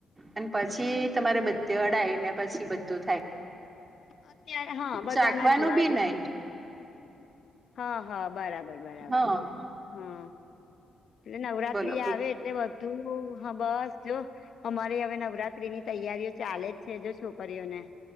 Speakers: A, on the right; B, on the left.
A: અને પછી તમારે બધે અડાય ને પછી બધું થાય.
B: અત્યારે હા બધાના
A: ચાખવાનું
B: રિવાજો
A: બી નહી.
B: હા હા બરાબર બરાબર
A: હા
B: હા એટલે નવરાત્રી
A: બોલો
B: આવે એટલે બધું હા બસ લો અમારી હવે નવરાત્રી ની તૈયારીઓ ચાલે જ છે જો છોકરીઓને.